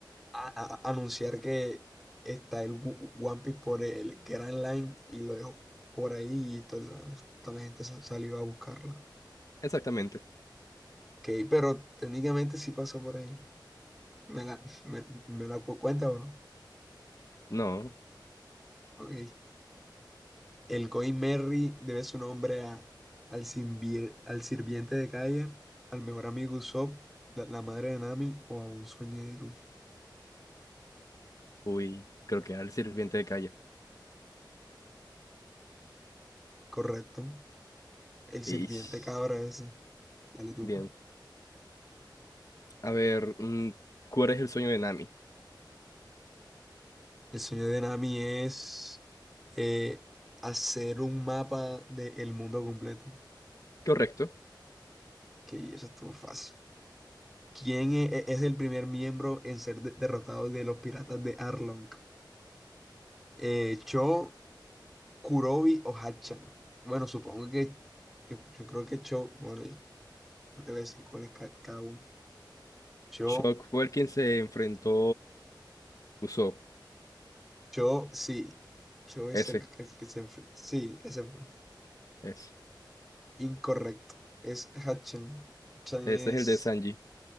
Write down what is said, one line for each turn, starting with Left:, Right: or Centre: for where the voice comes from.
Centre: a- a- anunciar que está el Gu- One Piece por el Grand Line y lo dejó por ahí y toda la, toda la gente sa- salió a buscarlo.
Left: exactamente.
Centre: Ok, pero técnicamente sí pasó por ahí. ¿Me la, me, me la cu- cuenta o no?
Left: No.
Centre: Ok. El Going Merry debe su nombre a, al, sinvier- al sirviente de calle, al mejor amigo Usopp, la, la madre de Nami o a un sueño de Luffy.
Left: Uy, creo que era el sirviente de calle.
Centre: Correcto. El sirviente
Left: Ish.
Centre: cabra ese. Dale tú.
Left: Bien.
Centre: pues.
Left: A ver, mm, ¿cuál es el sueño de Nami?
Centre: El sueño de Nami es eh, hacer un mapa del mundo completo.
Left: Correcto.
Centre: Que eso estuvo fácil. ¿Quién e- e- es, el primer miembro en ser de- derrotado de los piratas de Arlong? Eh, ¿Cho, Kurobi o Hachan? Bueno, supongo que yo, yo creo que Cho. Bueno, yo yo te voy a decir cuál es ca- cada uno. Cho,
Left: Shock fue el quien se enfrentó Usopp.
Centre: Cho, sí. Cho es
Left: Ese,
Centre: el que, que se enfrenta. Sí, ese fue.
Left: ese.
Centre: Incorrecto. Es Hachan. Hachan
Left: Ese
Centre: es.
Left: es el de Sanji.